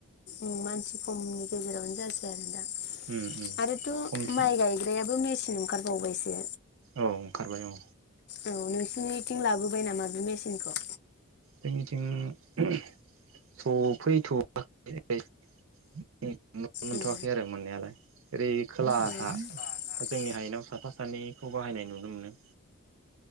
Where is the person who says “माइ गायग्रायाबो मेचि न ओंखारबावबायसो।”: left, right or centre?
Left